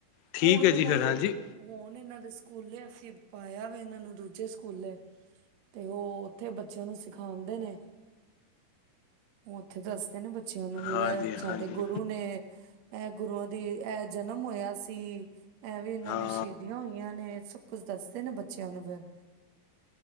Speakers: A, on the left; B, on the right.
A: ਠੀਕ
B: ਹੁਣ
A: ਹੈ ਜੀ
B: ਇਨਾਂ
A: ਫਿਰ
B: ਦੇ,
A: ਹਾਂਜੀ
B: ਹੁਣ ਇਨਾਂ ਦੇ ਸਕੂਲੇ ਅਸੀਂ ਪਾਇਆ ਵੇ ਇਨਾਂ ਨੂੰ ਦੂਜੇ ਸਕੂਲੇ, ਤੇ ਓ-ਓਥੇ ਬੱਚਿਆਂ ਨੂੰ ਸਿਖਾਂਦੇ ਨੇ। ਓਹ ਉੱਥੇ ਦੱਸਦੇ ਨੇ ਬ ਚਿਆਂ ਨੂੰ ਵੀ
A: ਹਾਂਜੀ
B: ਐ
A: ਹਾਂਜੀ
B: ਸਾਡੇ ਗੁਰੂ ਨੇ ਐਹ ਗੁਰੂਆਂ ਦੀ ਐਹ ਜਨਮ ਹੋਇਆ ਸੀ ਐ ਵੀ ਇਨਾਂ
A: ਹਾਂ
B: ਨੇ ਸ਼ਹੀਦੀਆਂ ਹੋਈਆਂ ਨੇ ਸਬ ਕੁਝ ਦੱਸਦੇ ਨੇ ਬੱਚਿਆਂ ਨੂੰ ਫਿਰ?